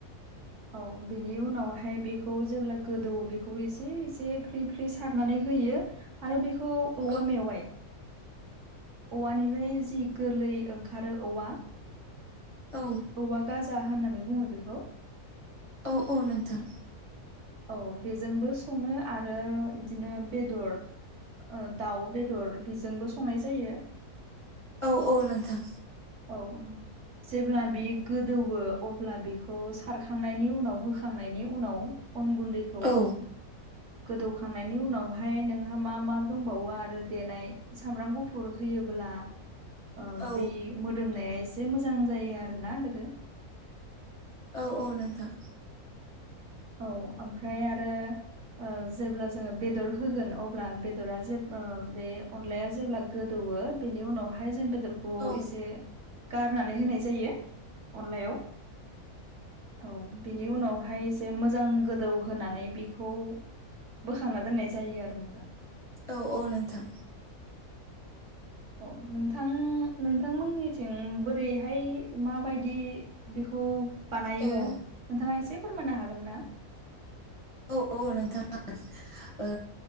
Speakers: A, on the right (about 55°); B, on the left (about 35°).
A: औ बेनि उनावहाय बेखौ जेब्ला गोदौवो बेखौ एसे एसे फ्रि फ्रि सारनानै होयो आरो बेखौ औवा
B: औ
A: मेवाय औवानिफ्राय जि गोरलै ओंखारो औवा
B: औ
A: औवा गाजा होननानै बुङो बेखौ
B: औ औ नोंथां।
A: औ बेजोंबो सङो आरो इदिनो बेदर ओ दाउ बेदर बेजोंबो संनाय जायो
B: औ औ नोंथां।
A: औ जेब्ला बे गोदौवो अब्ला बेखौ सारखांनायनि उनाव होख खांनायनि उनाव अन गुन्दैखौ
B: औ
A: गोदौखांनायनि उनावहाय नोंहा मा मा दंबावो आरो देनाय सामब्राम गुफुर होयोब्ला ओ
B: औ
A: बै मोदोमनाया एसे मोजां जायो आरोना लोगो
B: औ औ नोंथां।
A: औ ओमफ्राय आरो ओ जेब्ला जोङो बेदर होगोन अब्ला बेदरा जेब ओ बे अनलाया जेब्ला गोदौवो बेनि उनावहाय जों बेदरखौ
B: औ
A: एसे गारनानै होनाय जायो अनलायाव औ बिनि उनावहाय जे मोजां गोदौ होनानै बेखौ बोखांना दोननाय जायो आरो नोंथां
B: औ औ नोंथां।
A: औ नोंथां नोंथांमोननिथिं बोरैहाय माबायदि बेखौ बानायो
B: औ
A: नोंथाङा एसे फोरमाननो हागोन ना?
B: औ औ नोंथांमोन ओ